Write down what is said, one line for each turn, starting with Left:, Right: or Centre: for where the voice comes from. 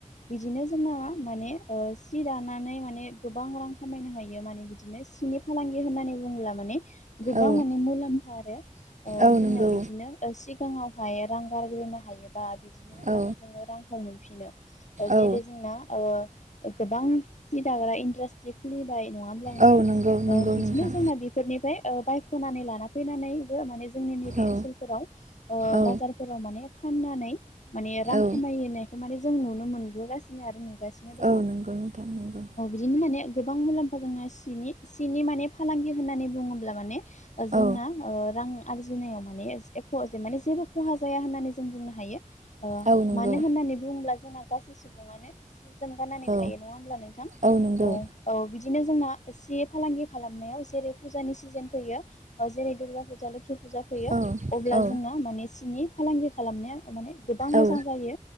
Left: बिदिनो जोंना माने ओ सि दानानै माने गोबां रां खामायनो हायो माने बिदिनो सिनि फालांगि होननानै बुङोब्ला माने गोबां
Right: औ
Left: माने मुलाम्फा आरो ओ
Right: औ
Left: जोंना
Right: नंगौ
Left: बिदिनो ओ सिगाङावहाय रां गारग्रोनो हायोबा बिदिनो उनावहाय
Right: औ
Left: जोङो रांखौ मोनफिनो जेरै
Right: औ
Left: जोंना ओ गोबां सि दाग्रा इन्डास्ट्रि खुलिबाय नङा होनब्ला नोंथां
Right: औ
Left: ओ
Right: नंगौ नंगौ
Left: बिदिनो
Right: नोंथां
Left: जोंना <unintelligible> फोरनिफ्राय ओ बायख'नानै लाना फैनानैबो माने जोंनि नैबे
Right: औ
Left: ओनसोलफोराव ओ
Right: औ
Left: बाजार फोराव माने फाननानै माने रां
Right: औ
Left: खामायनायखौ माने जों नुनो मोनबोगासिनो आरो नुगासि नो दङ
Right: औ नंगौ नोंथां नंगौ
Left: ओ बिदिनो माने गोबां मुलाम्फा जोंना सिनि सिनि माने फालांगि होननानै बुङोब्ला माने जोंना
Right: औ
Left: ओ रां आरजिनायाव माने एख' जेन माने जेबो खहा जाया होननानै जों बुंनो हायो ओ
Right: औ नंगौ
Left: मानो होननानै बुङोब्ला जोंना गासै सुबुङानो सि जोम गाननानै
Right: औ
Left: थायो नङा होमब्ला नोंथां
Right: औ नंगौ
Left: औ बिदिनो जोंना एसे फालांगि खालामनायाव जेरै फुजानि सि जेन फैयो जेरै दुर्गा फुजा लोखि फुजा फैयो
Right: औ
Left: अब्ला
Right: औ
Left: जोंना माने सिनि फालांगि खालामनाया माने गोबां मोजां
Right: औ
Left: जायो